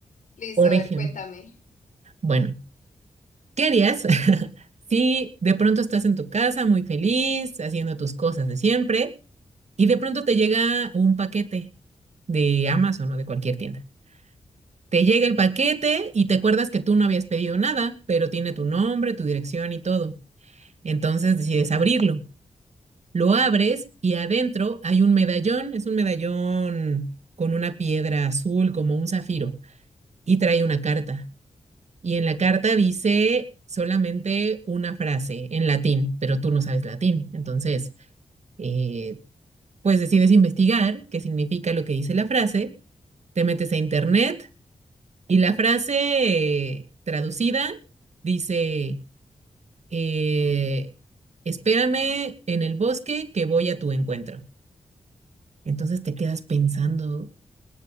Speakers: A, on the left (about 70°); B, on the right (about 60°).
A: Listo,
B: Por
A: a
B: ejemplo,
A: ver, cuéntame.
B: bueno, ¿qué harías <laughs> si de pronto estás en tu casa muy feliz, haciendo tus cosas de siempre, y de pronto te llega un paquete de Amazon o de cualquier tienda? Te llega el paquete y te acuerdas que tú no habías pedido nada, pero tiene tu nombre, tu dirección y todo. Entonces decides abrirlo. Lo abres y adentro hay un medallón, es un medallón con una piedra azul como un zafiro y trae una carta. Y en la carta dice solamente una frase en latín, pero tú no sabes latín. Entonces, eh, pues decides investigar qué significa lo que dice la frase, te metes a internet Y la frase eh, traducida dice, eh, espérame en el bosque que voy a tu encuentro. Entonces te quedas pensando,